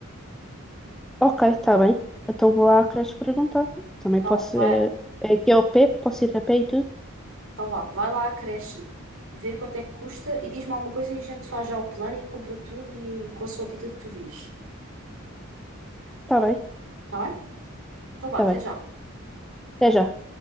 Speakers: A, in the centre; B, on the right.
A: ok, está bem. Então vou lá à creche perguntar. Também
B: Então,
A: posso.
B: vai,
A: É, é aqui ao pé, posso ir a pé e tudo?
B: então vá, vai lá à creche, ver quanto é que custa e diz-me alguma coisa e a gente faz já o plano e compra tudo e consoante aquilo que tu vires.
A: Está bem,
B: Tá bem? Então vá,
A: está
B: até
A: bem.
B: já.
A: Até já.